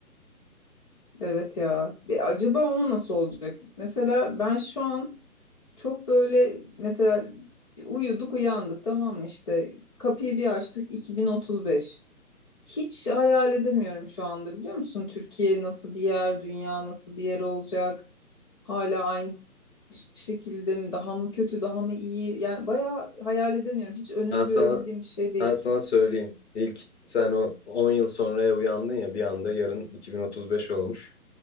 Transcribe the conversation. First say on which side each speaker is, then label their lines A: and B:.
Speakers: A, on the left (about 20°); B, on the left (about 45°).
A: Evet ya. E, acaba o nasıl olacak? Mesela ben şu an çok böyle mesela uyuduk uyandık tamam mı işte kapıyı bir açtık 2035. Hiç hayal edemiyorum şu anda biliyor musun? Türkiye nasıl bir yer, dünya nasıl bir yer olacak? Hala aynı şekilde mi daha mı kötü daha mı iyi yani bayağı hayal edemiyorum hiç önünü
B: Ben sana
A: görebildiğim bir şey değil.
B: Ben sana söyleyeyim. İlk sen o 10 yıl sonraya uyandın ya bir anda yarın 2035 olmuş.